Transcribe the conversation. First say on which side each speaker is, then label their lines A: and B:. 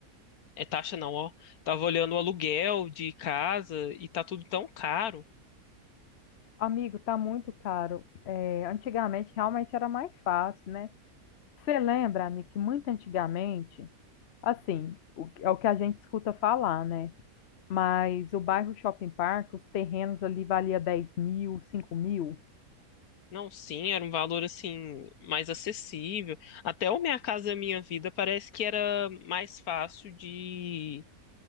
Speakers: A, on the left; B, on the left.
A: É taxa não, ó. Tava olhando o aluguel de casa e tá tudo tão caro.
B: Amigo, tá muito caro. É, antigamente realmente era mais fácil, né? Você lembra, amigo, que muito antigamente, assim, o- é o que a gente escuta falar, né? Mas o bairro Shopping Park, os terrenos ali valia 10 mil, 5 mil.
A: Não, sim, era um valor assim mais acessível. Até o Minha Casa Minha Vida parece que era mais fácil de